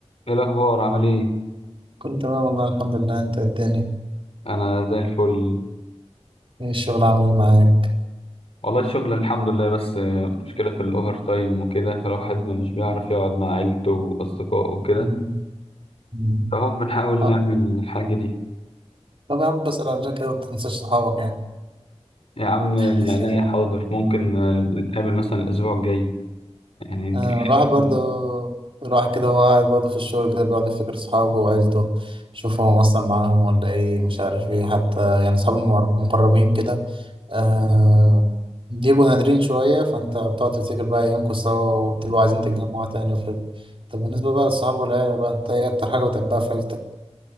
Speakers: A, on the left; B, on the right.
A: ايه الاخبار عامل ايه
B: كنت تمام والله الحمد لله انت الدنيا
A: انا زي الفل
B: ايه الشغل عامل ايه معاك
A: والله الشغل الحمد لله بس مشكله في الاوفر تايم وكده فالواحد ما مش بيعرف يقعد مع عيلته واصدقائه وكده
B: مم. مم.
A: فهو بنحاول نعمل
B: آه،
A: الحاجه دي
B: طب يا عم بسأل على كده ما تنساش صحابك يعني
A: يا عم من
B: <laughs>
A: عينيا حاضر ممكن آه، نتقابل مثلا الاسبوع الجاي يعني نجيب
B: آه،
A: حاجة.
B: الواحد برضه الواحد كده هو قاعد برضه في الشغل كده بيقعد يفتكر صحابه وعيلته يشوف هو مقصر معاهم ولا ايه مش عارف ايه حتى يعني صحابي المقر- المقربين كده آه بيبقوا نادرين شوية فانت بتقعد تفتكر بقى ايامكم سوا وتبقوا عايزين تتجمعوا تاني وكده طب بالنسبة بقى للصحاب والعيلة بقى انت ايه أكتر حاجة بتحبها في عيلتك؟